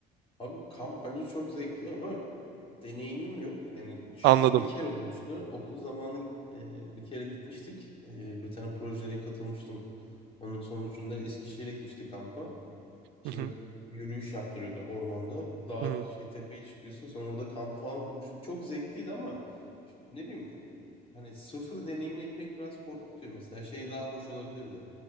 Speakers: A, on the left; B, on the right.
A: Abi kamp bence çok zevkli ama deneyimim yok. Yani ş-
B: Anladım.
A: bir kere olmuştu. Okul zamanı e, bir kere gitmiştik. E, bir tane projeye katılmıştım. Onun sonucunda Eskişehir'e gitmiştik kampa. İşte
B: Hı hı,
A: böyle yürüyüş yaptırıyordu ormanda. Dağ
B: hı hı.
A: şey tepeye çıkıyorsun sonra orada kampı falan kurmuştuk. Çok zevkliydi ama işte ne bileyim e, hani sıfır deneyimle gitmek biraz korkutuyor. Mesela şey daha hoş olabilirdi.